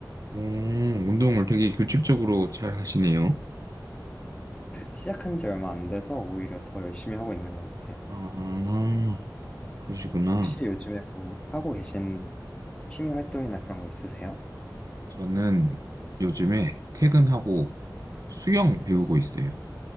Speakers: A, on the right (about 50°); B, on the left (about 15°).
A: 오, 운동을 되게 규칙적으로 잘 하시네요.
B: 시작한 지 얼마 안 돼서 오히려 더 열심히 하고 있는 것 같아요.
A: 아, 그러시구나.
B: 혹시 요즘에 뭐 하고 계신 취미 활동이나 그런 거 있으세요?
A: 저는 요즘에 퇴근하고 수영 배우고 있어요.